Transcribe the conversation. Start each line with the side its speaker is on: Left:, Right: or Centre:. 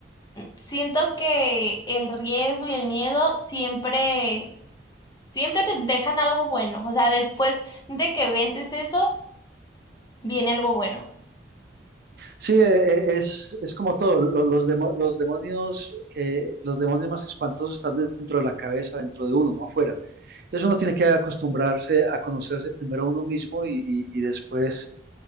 Left: siento que el riesgo y el miedo siempre Siempre te dejan algo bueno. O sea, después de que vences eso, viene algo bueno.
Right: Sí, eh, eh, es, es como todo. Los, demo, los, demonios que, los demonios más espantosos están dentro de la cabeza, dentro de uno, no afuera. Entonces uno tiene que acostumbrarse a conocerse primero uno mismo y, y- y después